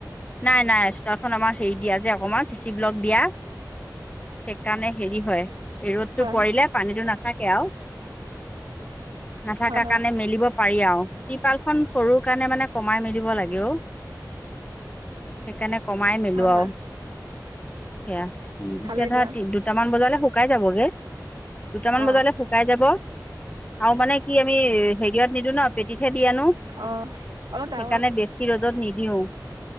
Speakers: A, on the left; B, on the right.
A: নাই-নাই চোতালখন আমাৰ হেৰি দিয়া যে অকণমান <unintelligible> তিব্লক দিয়া সেইকাৰণে হেৰি হয় ৰ'দটো
B: হয়
A: পৰিলে
B: হয়
A: পানীটো নাথাকে। কে আও নাথাকা
B: হয় হয়
A: কাণে মেলিব পাৰি আউ ট্ৰিপালখন সৰু কাৰণে মানে কমাই মেলিব লাগে অ সেইকাৰণে কমাই মিলো
B: হয় হয়
A: আৰু সেয়া।
B: ভালেই
A: এতিয়া ধৰা
B: দিয়া
A: দুটামান বজালে শুকাই যাবগে দুটামান
B: অ
A: বজালে শুকাই যাব আৰু মানে কি আমি হেৰিয়ত নিদো ন। পেটিত হে দি আনো সেইকাৰণে
B: অ অলপ ডাঙৰকে
A: বেছি ৰ'দত নিদিওঁ।